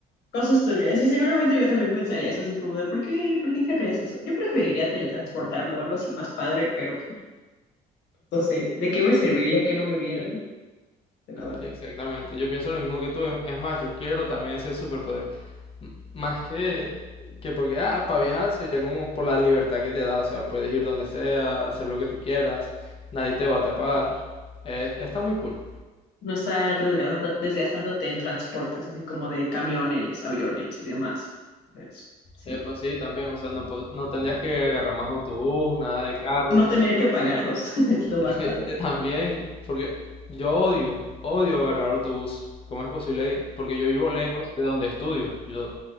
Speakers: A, on the left; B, on the left.
A: Cosas turbias, y seguramente yo también pensaría eso, así como de, ¿por qué, por qué querrías eso? Yo preferiría teletransportarme o algo así más padre, pero no sé, ¿de qué me serviría que no me vieran? De nada.
B: Exactamente, yo pienso lo mismo que tú. Es es más, yo quiero también ese superpoder. Más que, que porque, ah, para viajar sería como por la libertad que te da, o sea, puedes ir donde sea, hacer lo que tú quieras, nadie te va a tapar. Eh, está muy cool.
A: No estar desgastando- desgastándote en transportes, así como de camiones, aviones y demás. Entonces, sí.
B: Eh, pues sí, también, o sea, no, po- no tendrías que agarrar más autobús, nada de carro.
A: No tener que pagarlos <laughs> es lo más
B: <laughs>
A: padre.
B: También, porque yo odio, odio agarrar autobús. ¿Cómo es posible que? Porque yo vivo lejos de donde estudio. Yo,